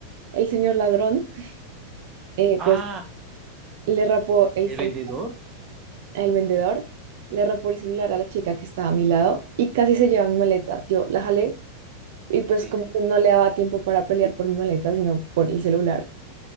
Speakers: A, on the right; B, on the right.
A: el señor ladrón, eh,
B: Ah,
A: pues le rapó el
B: el
A: cel
B: vendedor.
A: al vendedor, le rapó el celular a la chica que estaba a mi lado y casi se lleva mi maleta. Yo la jalé y pues
B: Sí.
A: como que no le daba tiempo para pelear por mi maleta, sino por el celular.